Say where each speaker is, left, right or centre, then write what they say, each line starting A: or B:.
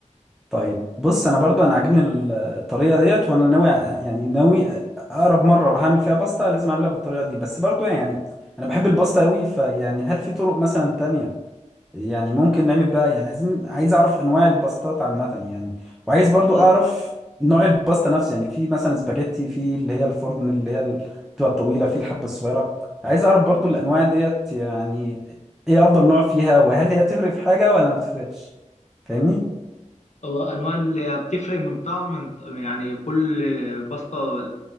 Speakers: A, in the centre; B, on the left.
A: طيب بص انا برضو انا عاجبني ال- الطريقه ديت وانا ناوي أ- يعني ناوي أ- اقرب مره هعمل فيها باستا لازم اعملها بالطريقه دي بس برضو يعني انا بحب الباستا قوي فيعني هل في طرق مثلا تانية يعني ممكن نعمل بقى يعني عايزين عايز اعرف انواع الباستات عامه يعني وعايز برضو
B: و-
A: اعرف نوع الباستا نفسه يعني في مثلا سباجيتي في اللي هي الفرن اللي هي ال- بتبقى الطويله في الحبه الصغيره عايز اعرف برضو الانواع ديت يعني ايه افضل نوع فيها وهل هي بتفرق في حاجه ولا ما بتفرقش فاهمني
B: وأنواع اللي بتفرق من طعم من يعني كل بسطة